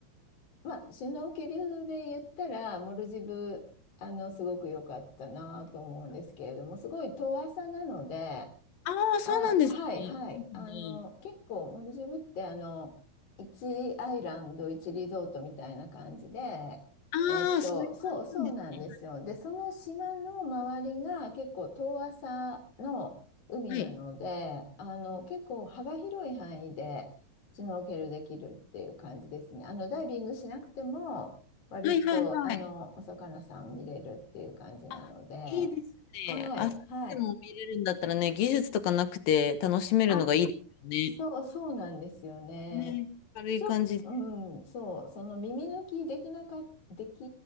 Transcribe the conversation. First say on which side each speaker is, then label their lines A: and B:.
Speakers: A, on the left (about 45°); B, on the left (about 70°).
A: まあ、首脳気流で言ったら、モルジブ、あの、すごく良かったなと思うんですけれども、すごい遠浅なので、
B: ああ、
A: あ、
B: そうなんですね。
A: はいはい。
B: ですね
A: あの、結構モルジブってあの、1アイランド、1リゾートみたいな感じで、
B: ああ、
A: えっと、
B: そういう感じなんですね。
A: そうそうなんですよ。で、その島の周りが結構遠浅の海なので、
B: はい。
A: あの、結構幅広い範囲でシュノーケルできるっていう感じですね。あの、ダイビングしなくても、割とあの、
B: はいはいはいはい。
A: お魚さん見れるっていう感じなので、
B: あ、いいですね。
A: はいはい。
B: あ、そうでも見れるんだったらね、技術とかなくて楽しめるのがいいですよね。
A: あそう、そうなんですよね。
B: ね、軽い感じで。
A: ちょ、うん、そう、その耳抜きできなか、でき